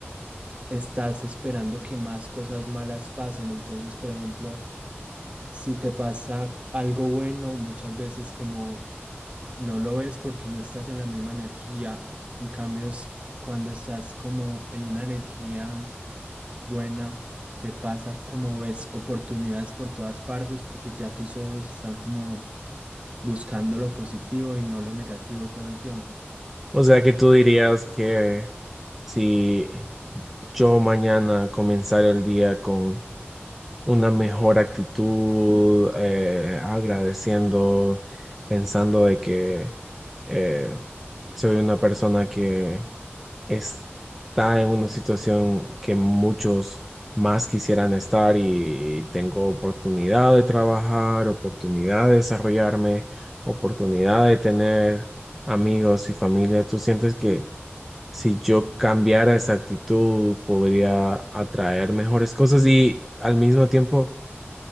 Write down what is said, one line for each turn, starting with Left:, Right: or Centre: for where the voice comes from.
Right: estás esperando que más cosas malas pasen. Entonces, por ejemplo, si te pasa algo bueno, muchas veces como no lo ves porque no estás en la misma energía. En cambio, es cuando estás como en una energía buena, te pasa como ves oportunidades por todas partes porque ya tus ojos están como buscando lo positivo y no lo negativo todo el tiempo.
Centre: O sea que tú dirías que si yo mañana comenzara el día con una mejor actitud, eh, agradeciendo, pensando de que eh, soy una persona que está en una situación que muchos más quisieran estar y tengo oportunidad de trabajar, oportunidad de desarrollarme, oportunidad de tener amigos y familia. ¿Tú sientes que si yo cambiara esa actitud podría atraer mejores cosas y al mismo tiempo...